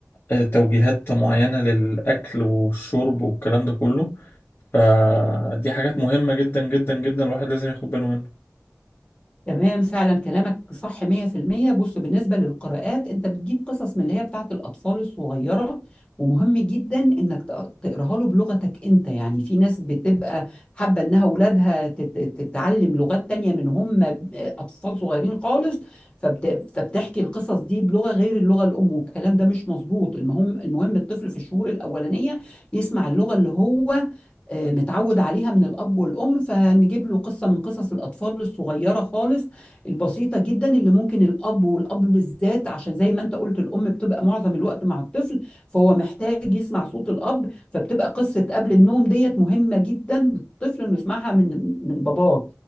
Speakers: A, on the left; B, on the left.
A: آه، توجيهات معينة للأكل والشرب والكلام ده كله فدي حاجات مهمة جدا جدا جدا الواحد لازم ياخد باله منها
B: تمام فعلا كلامك صح 100% بص بالنسبة للقراءات انت بتجيب قصص من اللي هي بتاعت الأطفال الصغيرة ومهم جدا انك تق- تقراها له بلغتك انت يعني في ناس بتبقى حابة انها اولادها تت- تتعلم لغات تانية من هم أطفال صغيرين خالص فبت... فبتحكي القصص دي بلغة غير اللغة الأم والكلام ده مش مظبوط المهم المهم الطفل في الشهور الأولانية يسمع اللغة اللي هو آه، متعود عليها من الأب والأم فهنجيب له قصة من قصص الأطفال الصغيرة خالص البسيطة جدا اللي ممكن الأب والأب بالذات عشان زي ما أنت قلت الأم بتبقى معظم الوقت مع الطفل فهو محتاج يسمع صوت الأب فبتبقى قصة قبل النوم ديت مهمة جدا للطفل إنه يسمعها من من باباه